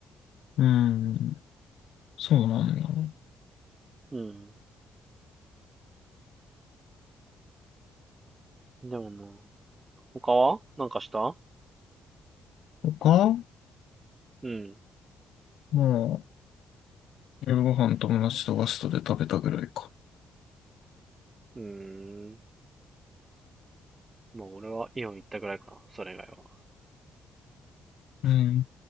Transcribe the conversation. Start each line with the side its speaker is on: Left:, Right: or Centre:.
Left: うん。そうなんだ。
Right: うん。でもな、他はなんかした
Left: 他
Right: うん。
Left: まあ、夜ご飯友達とガストで食べたぐらいか。
Right: うーん。まあ俺はイオン行ったぐらいかな。それ以外は。
Left: うん。